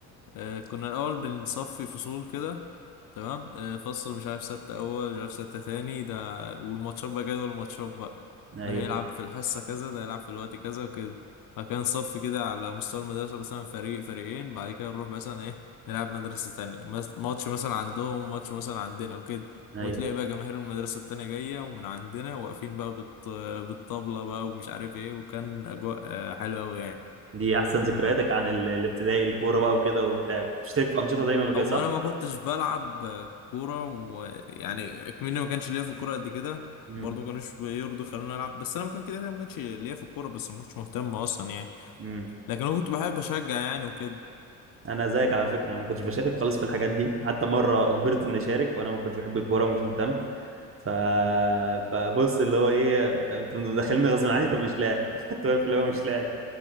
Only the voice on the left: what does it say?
آه، كنا الأول بنصفي فصول كده تمام آه، فصل مش عارف ستة أول مش عارف ستة تاني ده والماتشات بقى جدول الماتشات بقى
ده هيلعب في الحصة كذا ده هيلعب في الوقت كذا وكده فكان صف كده على مستوى المدرسة مثلا فريق فريقين بعد كده نروح مثلا إيه نلعب مدرسة تانية مس- ماتش مثلا عندهم ماتش مثلا عندنا وكده
وتلاقي بقى جماهير المدرسة التانية جاية ومن عندنا واقفين بقى بالط... بالطبلة بقى ومش عارف إيه وكان أجواء آه، حلوة أوي يعني
او
انا ما كنتش بلعب كوره ويعني اكمني ما كانش ليا في الكوره قد كده
برضه ما كانوش بيرضوا خلوني العب بس انا ما كان كده كده ما كانش ليا في الكوره بس ما كنتش مهتم اصلا يعني
لكن انا كنت بحب اشجع يعني وكده
مم.